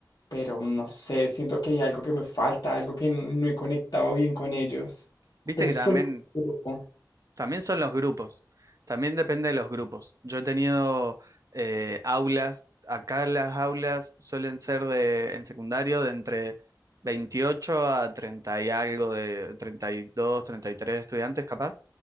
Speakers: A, on the left; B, on the right.
A: Pero no sé, siento que hay algo que me falta, algo que no he conectado bien con ellos.
B: Viste
A: Pero
B: que
A: es
B: también
A: solo grupo.
B: También son los grupos, también depende de los grupos. Yo he tenido eh, aulas, acá las aulas suelen ser de, en secundario de entre 28 a 30 y algo, de treinta treinta y dos treinta y tres estudiantes capaz,